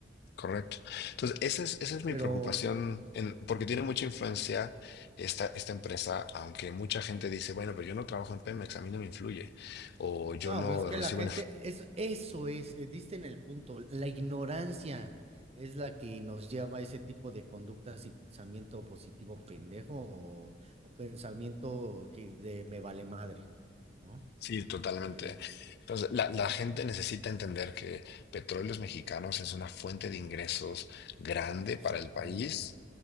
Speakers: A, on the left; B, on the right.
A: Correcto. Entonces, esa es, esa es
B: Pero,
A: mi preocupación, en- porque tiene mucha influencia esta, esta empresa,
B: Ujú.
A: aunque mucha gente dice, bueno, pero yo no trabajo en Pemex, a mí no me influye, o yo
B: no,
A: no
B: pues es que
A: recibo
B: la gente, es, eso es, eh, diste en el punto, la ignorancia es la que nos lleva a ese tipo de conductas y pensamiento positivo pendejo o, o pensamiento que de me vale madre, ¿no?
A: Sí, totalmente.
B: El,
A: Entonces, la, la gente necesita entender que Petróleos Mexicanos es una fuente de ingresos grande
B: exactamente.
A: para el país.